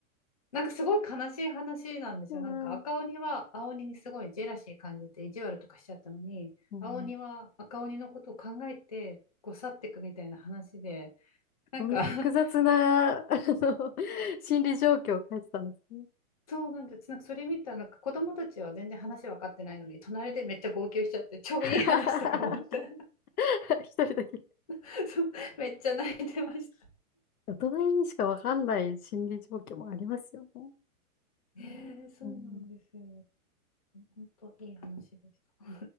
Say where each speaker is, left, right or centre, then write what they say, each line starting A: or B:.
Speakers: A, on the left; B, on the left.
A: なんかすごい悲しい話なんですよ。
B: うん、
A: なんか赤鬼は青鬼にすごいジェラシー感じて意地悪とかしちゃったのに、
B: うん
A: 青鬼は赤鬼のことを考えてこう去っていくみたいな話で、なんか
B: そんな複雑な、
A: <laughs>
B: あの、心理状況を書いてたんですね。
A: そうなんです。なんかそれ見たらなんか子供たちは全然話分かってないのに、隣でめっちゃ号泣しちゃって、超いい話とか思って
B: <laughs> 一人だけ。
A: <laughs> そう、めっちゃ泣いてました。
B: 大人にしかわかんない心理状況もありますよね。
A: えー、そうなんですよ。
B: うん
A: 本当いい話でした。